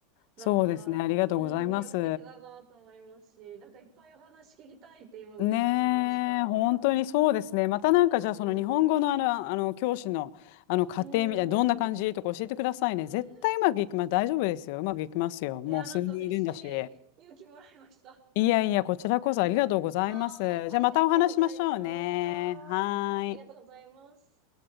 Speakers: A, on the right; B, on the left.
A: なんか、
B: そうですね。ありがとうございます。
A: うん、魅力的だなと思いますし、なんかいっぱいお話聞きたいって今めっちゃ思いました。
B: ねえ、本当にそうですね。またなんかじゃあその日本語のあの、
A: うん。
B: あの教師の、あの家庭みたいなどんな感じとか教えてくださいね。
A: うん。<laughs>
B: 絶対うまくいきます。大丈夫ですよ。うまくいきますよ。
A: いや、
B: もう数人いるんだし。
A: なんか嬉しい。勇気もらいました。
B: いやいや、こちらこそありがとうございます。
A: <laughs> はーい。ありがとうございます。
B: じゃあまたお話ししましょうね。
A: はーい。
B: はーい。
A: ありがとうございます。